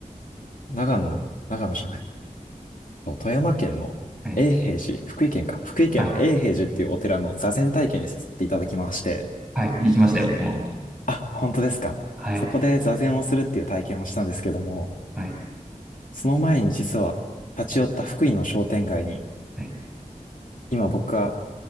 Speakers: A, on the left; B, in the centre.
A: 長野の、長野じゃない、そう富山県の永平寺、
B: はい、
A: 福井県か、福井県の永平寺っていうお寺の座禅体験にさせていただきまして、
B: はい、はい、行きましたよ、僕も。
A: あ、本当ですか。
B: はい、
A: そこで座禅をするっていう体験をしたんですけども、
B: はい、
A: その前に実は立ち寄った福井の商店街に、
B: はい。
A: 今僕が